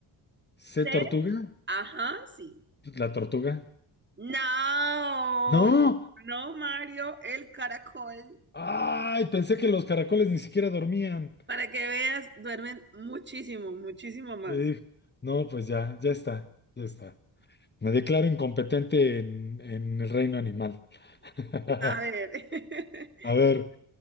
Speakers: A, on the left; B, on the right.
A: C
B: C,
A: tortuga,
B: ajá, sí.
A: la tortuga.
B: No,
A: No,
B: no, Mario, el caracol.
A: Ay, pensé que los caracoles ni siquiera dormían.
B: Para que veas, duermen muchísimo, muchísimo más.
A: Eh, no, pues ya, ya está, ya está. Me declaro incompetente en, en el reino animal. <laughs>
B: A ver, <laughs>
A: A ver,